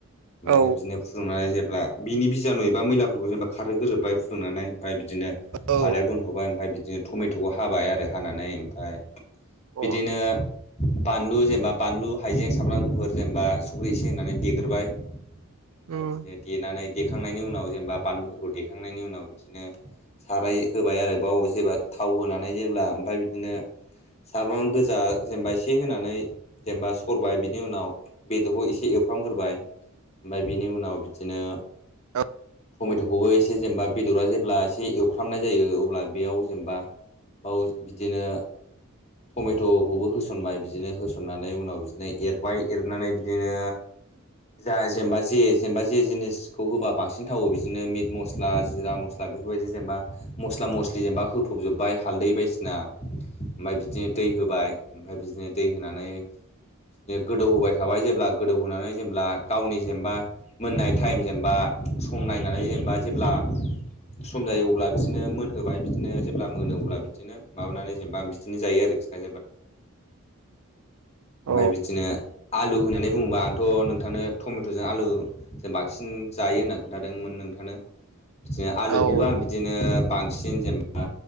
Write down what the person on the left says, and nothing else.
ओमफ्राय
बिदिनो फुदुंनानै जेनबा बिनि बिजानु एबा मैलाफोरखौ जेनेब खारहोग्रोबबाय फुदुंनानै ओमफ्राय बिदिनो
खारायाव दोनथ'बाय ओमफ्राय बिदिनो टमेट'खौ हाबाय आरो हानानै ओमफ्राय
बिदिनो बानलु जेनेबा बानलु हाइजें सामब्राम गुफुर जेनेबा सख्रि एसे होनानै देग्रोबाय ओमफ्राय
बिदिनो देनानै देखांनायनि उनाव जेनेबा बानलुफोरखौ देखांनायनि उनाव बिदिनो साराय होबाय आरो बाव जेबा थाव होनानै जेब्ला ओमफ्राय बिदिनो सामब्राम गोजा जेनेबा एसे होनानै जेनेबा सरबाय बिनि उनाव बेदरखौ एसे एवफ्रामग्रोबाय ओमफ्राय बेनि उनाव बिदिनो
टमेट'खौबो एसे जेनेबा बेदरा जे अब्ला एसे एवफ्रामनाय जायो अब्ला बेयाव जेनेबा बाव बिदिनो टमेट'खौबो होसनबाय बिदिनो होसन होसननानै उनाव बिदिनो एरबाय एरनानै बिदिनो जा जेनेबा जे जेनेबा जे जिनिसखौ होबा बांसिन थावो बिदिनो मिट मस्ला जिरा मस्ला बेफोरबायदि जेनेबा मस्ला मस्लि जेनेबा होफबजोबबाय हाल्दै बायदिसिना ओमफ्राय बिदिनो दै होबाय ओमफ्राय बिदिनो दै होनानै बिनो गोदौ होबाय थाबाय जेब्ला गोदौहोनानै जेब्ला गावनि जेनेबा मोननाय टाइम जेनेबा सम नायनानै जेनेबा जेब्ला सम जायो अब्ला बिदिनो मोनहोबाय बिदिनो जेब्ला मोनो अब्ला बिदिनो माबानानै जेनेबा आं बिदिनो जायो आरोखि ा
बि <inaudible> बुंबा आंथ' नोंथांनो टमेट'जों आलुजों बांसिन जायो होनना खोन्थादोंमोन नोंथांनो। बिदिनो आलुखौबो
आं बिदिनो बांसिन जेनेबा